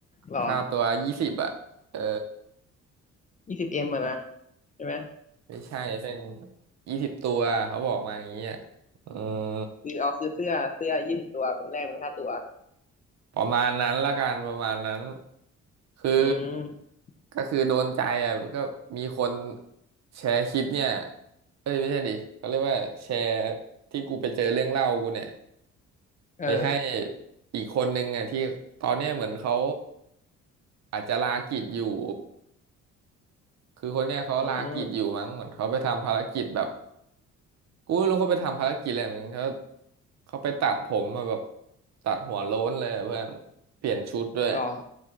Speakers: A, on the left; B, on the right.
A: หล่อ
B: ค่าตัวยี่สิบอ่ะเออ
A: ยี่สิบเอ็มอะนะใช่ไหม
B: ไม่ใช่เส้นยี่สิบตัวเขาบอกมาอย่างนี้ยอืม
A: คือเอาซื้อเสื้อเสื้อยี่สิบตัวเป็นแรกเป็นค่าตัว
B: ประมาณนั้นละกันประมาณนั้นคือ
A: อืม
B: ก็คือโดนใจอ่ะก็มีคนแชร์คลิปเนี่ยเอ้ยไม่ใช่ดิเขาเรียกว่าแชร์ที่กูไปเจอเรื่องเล่ากูเนี่ย
A: เออ
B: ไปให้อีกคนนึงอ่ะที่ตอนเนี้ยเหมือนเขาอาจจะลากิจอยู่คือคนเนี้ยเขาลากิจอยู่มั้งเหมือนเขาไปทำภารกิจแบบ
A: อืม
B: กูไม่รู้เขาไปทำภารกิจอะไรเหมือนเขาเขาไปตัดผมมาแบบตัดหัวโล้นเลยอะเพื่อนเปลี่ยนชุดด้วย
A: หล่อ